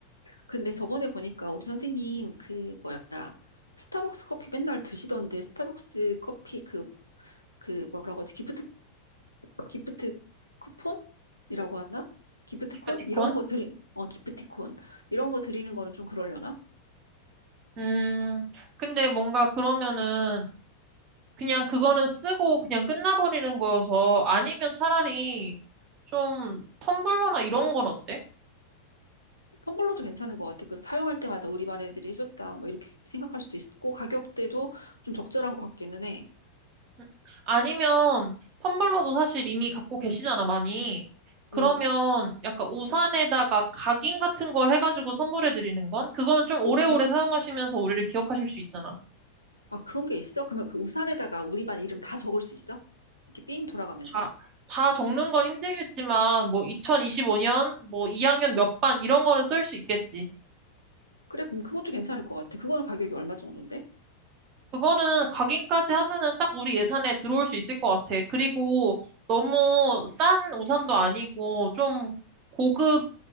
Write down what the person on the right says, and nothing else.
기프티콘?
음, 근데 뭔가 그러면은 그냥 그거는 쓰고 그냥 끝나버리는 거여서 아니면 차라리 좀 텀블러나 이런 건 어때?
음, 아니면 텀블러도 사실 이미 갖고 계시잖아, 많이. 그러면
약간 우산에다가 각인 같은 걸 해가지고 선물해 드리는 건? 그거는 좀 오래오래
사용하시면서 우리를 기억하실 수 있잖아.
다, 다 적는 건 힘들겠지만, 뭐 2025년, 뭐 2학년 몇 반 이런 거는 쓸 수 있겠지.
그거는 각인까지 하면은 딱 우리 예산에 들어올 수 있을 것 같아. 그리고 너무 싼 우산도 아니고 좀 고급